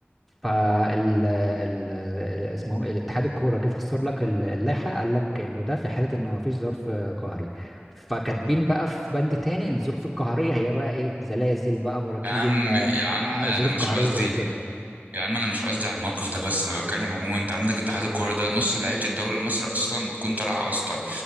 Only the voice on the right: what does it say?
يا عم
يا عم
انا
مش
قصدي
يا عم انا مش قصدي على الموقف ده بس انا بتكلم عموما انت عندك اتحاد الكوره ده نص لعيبه الدوري المصري اصلا بتكون طالعه واسطه